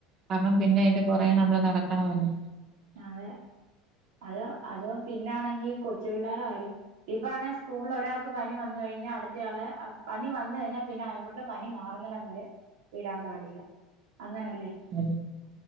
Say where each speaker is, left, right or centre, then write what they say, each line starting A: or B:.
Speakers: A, on the right (about 30°); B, on the right (about 85°).
A: കാരണം പിന്നെ അതിന്റെ പുറേ നമ്മള് നടക്കണമല്ലേ.
B: അതെ അത് അതും പിന്നൊണെങ്കിൽ കൊച്ച് പിള്ളേരുടെ കാര്യം ഇപ്പ ആണെ സ്കൂളിൽ ഒരാൾക്ക് പനി വന്ന കഴിഞ്ഞാൽ അടുത്തയാളെ അ പനി വന്നു കഴിഞ്ഞാൽ പിന്നെ അവരുടെ പനി മാറുന്നിടം വരെ വരാൻപാടില്ല അങ്ങനെല്ല
A: അത